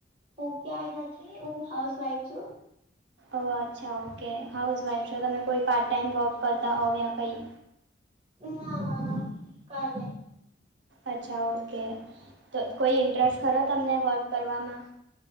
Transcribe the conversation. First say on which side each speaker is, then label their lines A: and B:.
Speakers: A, on the right; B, on the right.
A: હું ક્યાય નથી હું હાઉસ વાઈફ છું.
B: ઓ અચ્છા ઓકે હાઉસ વાઇફ છો તમે કોઈ પાર્ટ ટાઈમ વોબ કરતા હોવ યા કંઈ.
A: ના ના ના કઈ નહી.
B: અચ્છા ઓકે તો કોઈ ઇન્ટરેસ્ટ ખરો તમને વર્ક કરવામાં.